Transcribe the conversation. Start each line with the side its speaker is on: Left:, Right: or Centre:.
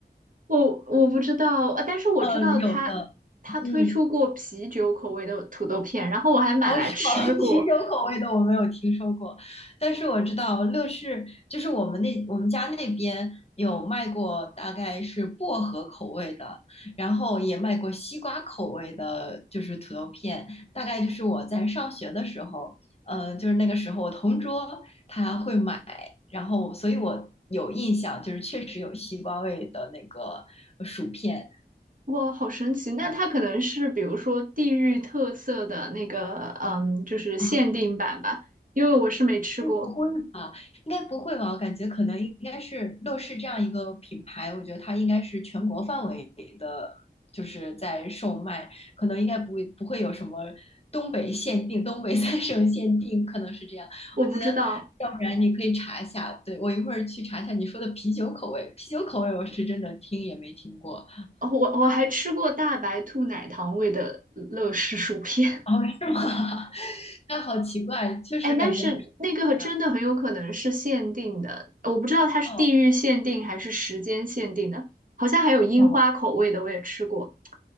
Right: 我我不知道，呃但是我知道他他推出过啤酒口味的土豆片，
Left: 呃，有的，嗯，
Right: 然后我还买来吃过，
Left: 哦，是吗？<laughs> 啤酒口味的我没有听说过，但是我知道乐事就是我们那我们家那边有卖过，大概是薄荷口味的，然后也卖过西瓜口味的，就是土豆片，大概就是我在上学的时候，呃，就是那个时候我同桌他会买，然后所以我有印象，就是确实有西瓜味的那个薯片。
Right: 哇，好神奇！那它可能是比如说地域特色的那个，嗯，就是限定版吧，
Left: 啊
Right: 因为我是没吃过，
Left: 不会吧？<laughs> 应该不会吧？我感觉可能应该是乐视这样一个品牌，我觉得它应该是全国范围的，就是在售卖，可能应该不会不会有什么东北限定、东北三省限定，可能是这样。
Right: 我不知道。
Left: 我觉得，要不然你可以查一下，对，我一会儿去查一下你说的啤酒口味，<laughs> 啤酒口味我是真的听也没听过。
Right: 哦我我还吃过大白兔奶糖味的乐事薯片，
Left: <laughs> 哦，是吗？<laughs> 那好奇怪，
Right: <laughs>
Left: 确实感觉还是不一样。
Right: 哎，但是那个真的很有可能是限定的，我不知道它是地域限定还是时间限定的。
Left: 哦
Right: 好像还有樱花口味的，
Left: 哦
Right: 我也吃过，